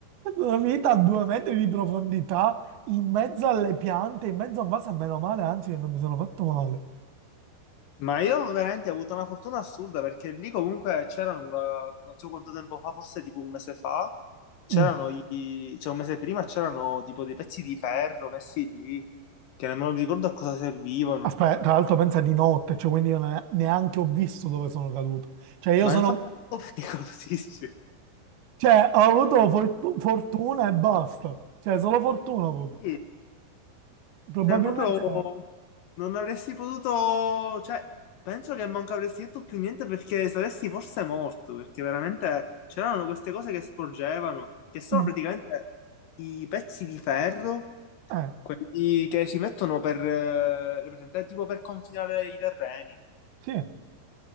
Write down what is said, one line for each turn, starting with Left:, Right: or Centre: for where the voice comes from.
Right: Sono finito a due metri di profondità, in mezzo alle piante, in mezzo a un vaso, e meno male, anzi, che non mi sono fatto male.
Left: Ma io veramente ho avuto una fortuna assurda perché lì comunque c'erano, da- non so quanto tempo fa, forse tipo un mese fa, c'erano
Right: Mm.
Left: i... cioè un mese prima c'erano tipo dei pezzi di ferro messi lì, che nemmeno mi ricordo a cosa servivano.
Right: Aspetta, tra l'altro pensa di notte, cioè quindi io ne- neanche ho visto dove sono caduto. Cioè io
Left: Ma
Right: sono,
Left: infatti è pericolosissimo.
Right: Cioè, ho avuto for- fortuna e basta. Cioè, solo fortuna ho avuto.
Left: <laughs>
Right: Probabilmente...
Left: Cioè, proprio non avresti potuto, cioè, penso che manco avresti detto più niente perché saresti forse morto, perché veramente c'erano queste cose che sporgevano, che sono
Right: mm,
Left: praticamente i pezzi di ferro,
Right: eh,
Left: quelli che si mettono per, eh, presente, tipo per confinare i terreni.
Right: sì.